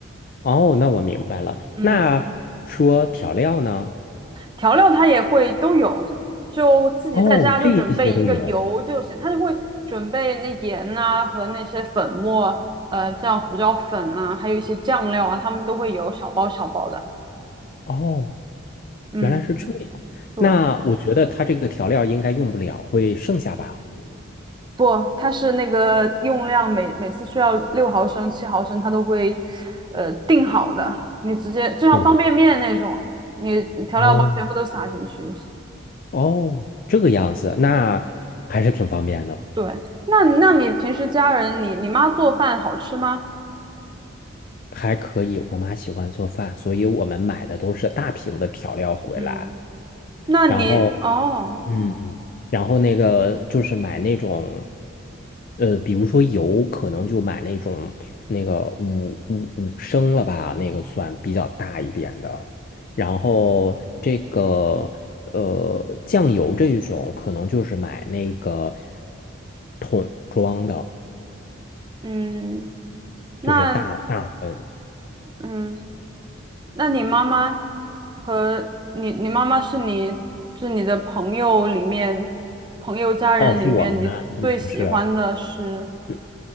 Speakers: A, on the left (about 45°); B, on the right (about 20°).
A: 哦，那我明白了。
B: 嗯，
A: 那说调料呢？
B: 调料它也会都有，就自己在家就准备一个油就行，
A: 哦，这一些都有。
B: 它就会准备那盐啊和那些粉末，呃，这样胡椒粉啊，还有一些酱料啊，他们都会有小包小包的。
A: 哦，
B: 嗯，
A: 原来是这样。
B: 对。
A: 那我觉得它这个调料应该用不了，会剩下吧？
B: 不，它是那个用量每每次需要六毫升、七毫升，它都会呃定好的。你直接就像方便面那种，
A: 哦，
B: 你调料包全部都撒进去就行。
A: 哦，哦，这个样子，
B: 嗯，
A: 那还是挺方便的。
B: 对，对，那那你平时家人，你你妈做饭好吃吗？
A: 还可以，我妈喜欢做饭，所以我们买的都是大瓶的调料回来。
B: 嗯，那你哦，
A: 然后，嗯，然后那个就是买那种，呃，比如说油，可能就买那种那个五五五升了吧，那个算比较大一点的。然后这个呃酱油这一种，可能就是买那个桶装的，
B: 嗯，那
A: 就是大大份。
B: 嗯，那你妈妈和你你妈妈是你是你的朋友里面朋友家人里面你最喜欢的是？
A: 哦，是我们吗？嗯不是。嗯